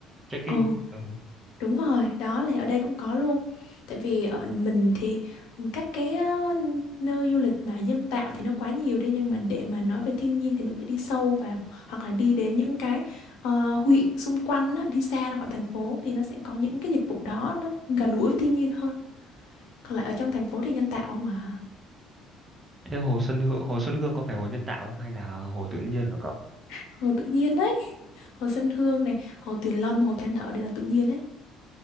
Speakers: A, on the right (about 25°); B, on the left (about 80°).
A: Trekking.
B: ừ
A: Ừ.
B: Đúng rồi, đó thì ở đây cũng có luôn. Tại vì ở mình thì các cái ờ, nơi du lịch mà nhân tạo thì nó quá nhiều đi nhưng mà để mà nói về thiên nhiên thì mình phải đi sâu vào hoặc là đi đến những cái ờ, huyện xung quanh á, đi xa ra khỏi thành phố thì nó sẽ có những cái dịch vụ đó nó gần gũi với thiên nhiên hơn. Còn lại ở trong thành phố thì nhân tạo mà.
A: Thế hồ Xuân Hương, hồ Xuân Hương có phải hồ nhân tạo không hay là hồ tự nhiên của cậu?
B: Hồ tự nhiên đấy, hồ Xuân Hương này, hồ Tuyền Lâm, hồ Than Thở đều là tự nhiên đấy.